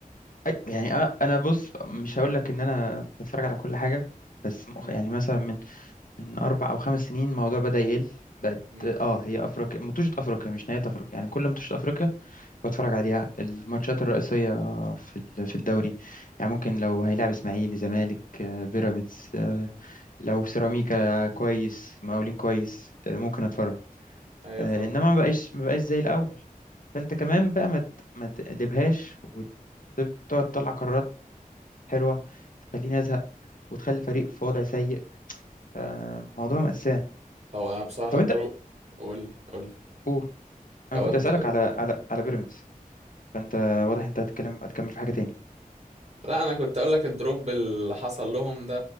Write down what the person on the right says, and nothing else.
امم
امم
ايوه
فاهم
هو انا بصراحه
الدرو
قول لي قول
لي
لا انا كنت اقول لك الدروب اللي حصل لهم ده